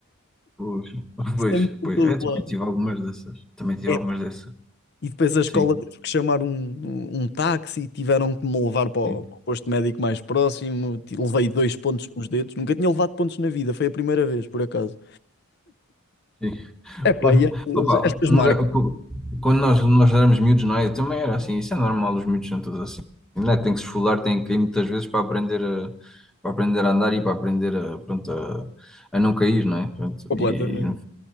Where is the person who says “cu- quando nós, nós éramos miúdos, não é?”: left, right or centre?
Centre